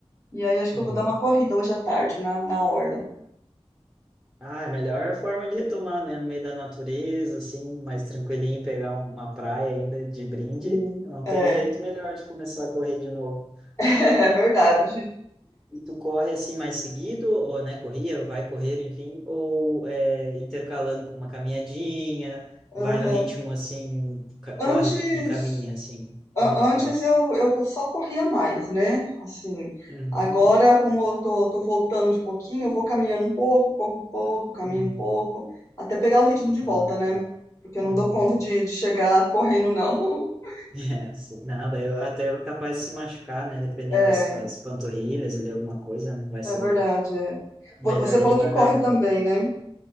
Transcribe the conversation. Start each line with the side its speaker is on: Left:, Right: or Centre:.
Left: e aí acho que
Centre: Uhum.
Left: eu vou dar uma corrida hoje à tarde na, na orla.
Centre: Ah, é a melhor forma de retomar, né? No meio da natureza, assim, mais tranquilinho, pegar uma praia ainda de brinde.
Left: Sim,
Centre: Não
Left: é,
Centre: tem jeito melhor de começar a correr de novo.
Left: <laughs> é verdade.
Centre: E tu corre assim mais seguido, ou né, corria, vai correr, enfim, ou é, intercalando com uma caminhadinha, vai
Left: Aham.
Centre: no ritmo assim, ca- corre
Left: Antes,
Centre: e caminha, assim, como
Left: a-
Centre: é que tu
Left: antes
Centre: faz?
Left: eu, eu só corria mais, né? Assim,
Centre: Uhum,
Left: agora, como eu tô, tô voltando de pouquinho, eu vou caminhando um pouco, corro um pouco, caminho
Centre: uhum.
Left: um pouco, até pegar o ritmo de volta,
Centre: Ah,
Left: né?
Centre: tá.
Left: Porque eu
Centre: Uhum.
Left: não dou conta de,
Centre: <laughs>
Left: de chegar correndo, não. <laughs>
Centre: É, sim. Não, eu até vou capaz de se machucar, né, dependendo
Left: É,
Centre: das, das panturrilhas ali, alguma coisa, né, vai
Left: é
Centre: saber.
Left: verdade, é.
Centre: Melhor
Left: Vo- Você
Centre: ir
Left: falou
Centre: devagarinho.
Left: que corre também, né?